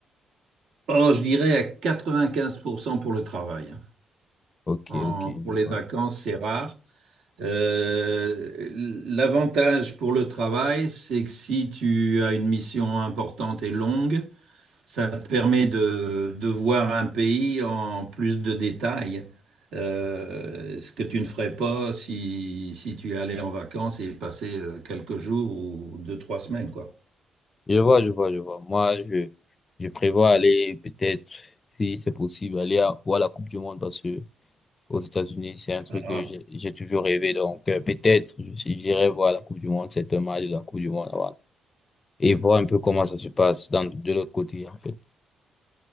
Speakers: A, on the right; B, on the left.
A: Oh, je dirais à 95% pour cent pour le travail. hein.
B: Ok,
A: En-
B: ok,
A: pour
B: je
A: les
B: vois.
A: vacances, c'est rare. Euh, l'avantage pour le travail, c'est que si tu as une mission importante et longue, ça te permet de, de voir un pays en plus de détails, Euh, ce que tu ne ferais pas si, si tu allais en vacances et passer euh, quelques jours ou deux, trois semaines, quoi.
B: Je vois, je vois, je vois. Moi, je, je prévois aller peut-être, si c'est possible, aller à, voir la Coupe du Monde parce que aux États-Unis, c'est un truc
A: Ah,
B: que j'ai j'ai toujours rêvé. Donc, euh, peut-être, je- j'irai voir la Coupe du Monde, c'est un match de la Coupe du Monde avant, et voir un peu comment ça se passe dans, de l'autre côté, en fait.